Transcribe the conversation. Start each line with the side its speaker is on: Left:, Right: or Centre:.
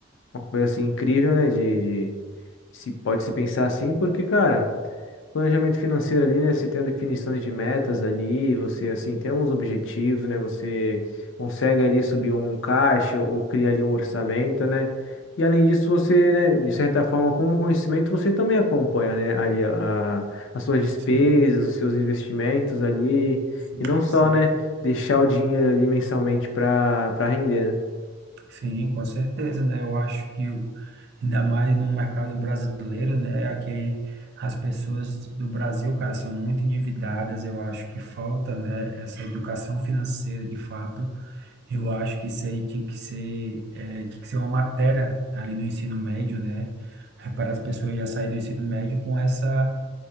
Left: uma coisa assim incrível, né? De, se pode se pensar assim, porque, cara, planejamento financeiro ali, né? Você tem definições de metas ali, você assim tem alguns objetivos, né? Você consegue ali subir um caixa ou criar ali um orçamento, né? E além disso, você, né, de certa forma, com o conhecimento, você também acompanha, né, ali a, as suas despesas,
Right: sim,
Left: os seus investimentos ali,
Right: sim,
Left: e não só,
Right: sim.
Left: né, deixar o dinheiro ali mensalmente para para render, né?
Right: Sim, com certeza, né? Eu acho que o- ainda mais no mercado brasileiro, né? Aqui as pessoas do Brasil, cara, são muito endividadas. Eu acho que falta, né, essa educação financeira de fato Eu acho que isso aí tinha que ser, é, tinha que ser uma matéria ali no ensino médio, né? É, Para as pessoas já saírem do ensino médio com essa,